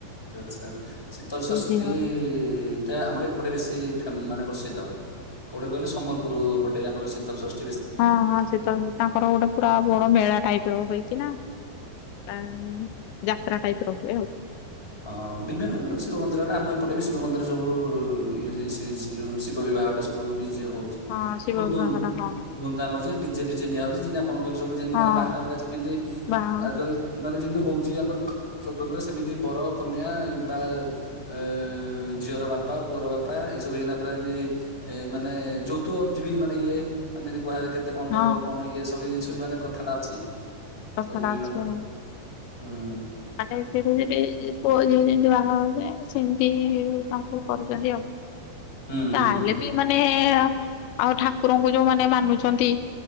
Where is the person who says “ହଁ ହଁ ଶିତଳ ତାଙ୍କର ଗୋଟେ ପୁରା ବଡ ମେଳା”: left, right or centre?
Left